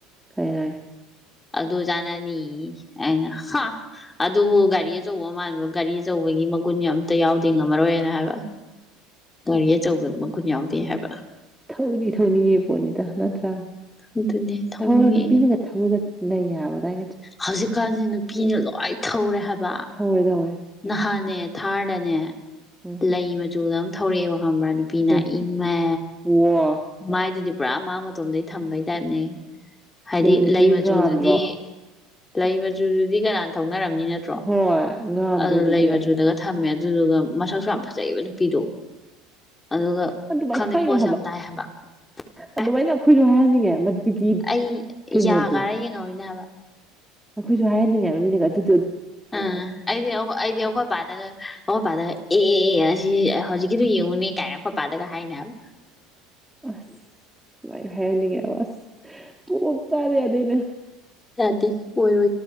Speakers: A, in the centre; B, on the left.
A: ꯀꯩꯏ
B: ꯑꯗꯨ ꯆꯥꯅꯅꯤ ꯑꯩꯅ ꯍꯥ ꯑꯗꯨꯕꯨ ꯒꯥꯔꯤ ꯑꯆꯧꯕ ꯃꯥꯟꯕ ꯒꯥꯔꯤ ꯑꯆꯧꯕ ꯇꯧꯕꯒꯤ ꯃꯒꯨꯟ ꯑꯇ ꯌꯥꯎꯗꯦ ꯉꯝꯃꯔꯣꯏꯅ ꯍꯥꯏꯕ ꯒꯥꯔꯤ ꯑꯆꯧꯕ ꯃꯒꯨꯟ ꯌꯥꯎꯗꯦ ꯍꯥꯏꯕ
A: ꯊꯧꯅꯤ ꯊꯧꯅꯤꯌꯦ ꯄꯣꯠꯅꯤꯗ ꯅꯠꯇ꯭ꯔꯥ
B: ꯑꯗꯨꯅꯦ ꯊꯧꯅꯤꯡꯉꯦ
A: ꯊꯧꯔ ꯅꯨꯄꯤꯅꯒ ꯊꯧꯔꯒ ꯂꯩ ꯌꯥꯕꯗꯏ
B: ꯍꯧꯖꯤꯛꯀꯥꯟꯁꯤ ꯅꯨꯄꯤꯅ ꯂꯣꯏ ꯊꯧꯔꯦ ꯍꯥꯏꯕ
A: ꯊꯧꯔꯦ ꯊꯧꯋꯦ
B: ꯅꯍꯥꯟꯅꯦ ꯊꯥꯔꯗꯅꯦ
A: ꯎꯝ
B: ꯂꯩ ꯃꯆꯨꯗ ꯑꯃ ꯊꯧꯔꯛꯑꯦꯕꯀ ꯈ꯭ꯔꯥ ꯅꯨꯄꯤꯅ
A: ꯑꯦ
B: ꯏꯃ
A: ꯋꯥ
B: ꯃꯥꯏꯗꯨꯗꯤ ꯄꯨꯔꯥ ꯃꯥ ꯃꯇꯣꯝꯗꯒꯤꯩ ꯊꯝꯕꯩ ꯇꯥꯏꯞꯅꯦ ꯍꯥꯏꯗꯤ
A: ꯃꯆꯨꯗꯤ
B: ꯂꯩ ꯃꯆꯨꯗꯨꯗꯤ
A: ꯉꯥꯟꯗ꯭ꯔꯣ
B: ꯂꯩ ꯃꯆꯨꯗꯨꯗꯤ ꯀꯅꯥꯅ ꯊꯧꯅꯔꯝꯅꯤ ꯅꯠꯇ꯭ꯔꯣ
A: ꯍꯣꯏ ꯉꯥꯟꯗ꯭ꯔꯣ
B: ꯑꯗꯨ
A: ꯑꯗꯨꯗꯤ
B: ꯂꯩ ꯃꯆꯨꯗꯒ ꯊꯝꯃꯦ ꯑꯗꯨꯗꯨꯒ ꯃꯁꯛꯁꯨ ꯌꯥꯝ ꯐꯖꯩꯑꯕ ꯅꯨꯄꯤꯗꯣ ꯑꯗꯨꯒ
A: ꯑꯗꯨꯃꯥꯏꯅ
B: ꯈꯪꯗꯦ
A: ꯍꯥꯏꯅꯣ
B: ꯄꯣꯠꯁꯨ ꯌꯥꯝ ꯇꯥꯏ ꯍꯥꯏꯕ <unintelligible> <inaudible>
A: ꯑꯗꯨꯃꯥꯏꯅ ꯑꯩꯈꯣꯏꯁꯨ ꯍꯥꯏꯅꯤꯡꯉꯦ ꯃꯗꯨꯒꯤ
B: ꯑꯩ
A: ꯀꯩꯅꯣꯗꯣ
B: ꯌꯥ ꯀꯥꯔ ꯌꯦꯡꯍꯧꯔꯤꯅꯦ ꯍꯥꯏꯕ
A: ꯑꯩꯈꯣꯏꯁꯨ ꯍꯥꯏꯍꯟꯅꯤꯡꯉꯦꯕ ꯃꯤꯅꯒ ꯑꯗꯨ
B: ꯑ ꯑꯩꯗꯤ ꯑꯩꯗꯤ ꯑꯩꯈꯣꯏ ꯄꯥꯗꯒ ꯑꯩꯈꯣꯏ ꯄꯥꯗꯒ ꯑꯦ ꯁꯤ ꯍꯧꯖꯤꯛꯀꯤꯗꯨꯣ ꯌꯦꯡꯉꯨꯅꯦ ꯀꯥꯏꯅ ꯈꯣꯠ ꯄꯗꯒ ꯍꯥꯏꯅꯦꯕ
A: ꯑꯁ ꯂꯥꯏ ꯍꯥꯏꯍꯟꯅꯤꯡꯉꯦ ꯑꯁ ꯇꯨꯡꯂꯣꯞ ꯆꯥꯗ ꯌꯥꯗꯦꯅꯦ
B: ꯌꯥꯗꯤ ꯑꯣꯏꯔ